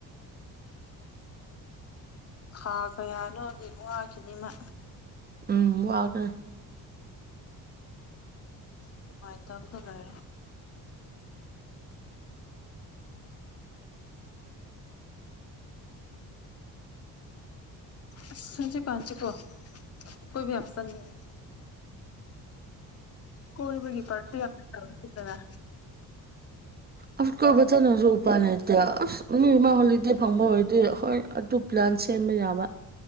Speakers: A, on the left; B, on the right.
A: ꯈꯥ ꯀꯌꯥꯅꯣꯗꯤ ꯋꯥꯈꯤꯅꯤꯃ
B: ꯎꯝ ꯋꯥꯒꯅꯦ
A: ꯅꯨꯡꯉꯥꯏꯇꯝꯇ ꯂꯣꯏꯔꯦ ꯑꯁ ꯍꯨꯖꯝꯛꯀꯥꯟꯁꯤꯀꯣ ꯀꯣꯏꯕ ꯌꯥꯝ ꯆꯠꯅꯤꯡꯉꯦ ꯀꯣꯏꯕꯒꯤ ꯄꯥꯔꯇꯤ ꯑꯝꯇ ꯇꯧꯁꯤꯗꯅ
B: ꯑꯁ ꯀꯣꯏꯕ ꯆꯠꯂꯖꯨ ꯎꯄꯥꯏ ꯂꯩꯇꯦ ꯑꯁ ꯃꯤꯔ ꯃꯥ ꯍꯣꯂꯤꯗꯦ ꯐꯪꯕ ꯑꯣꯏꯗꯤ ꯍꯣꯏ ꯑꯗꯨ ꯄ꯭ꯂꯥꯟ ꯁꯦꯝꯕ ꯌꯥꯕ